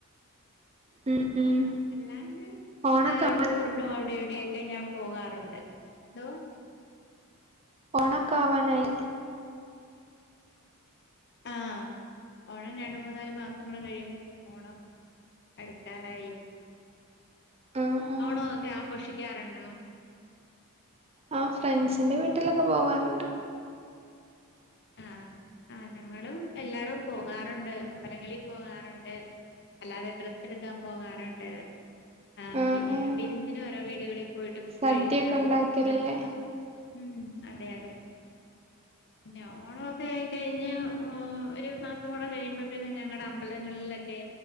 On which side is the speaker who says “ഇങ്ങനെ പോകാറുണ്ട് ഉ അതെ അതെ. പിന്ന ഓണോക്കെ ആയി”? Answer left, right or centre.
Left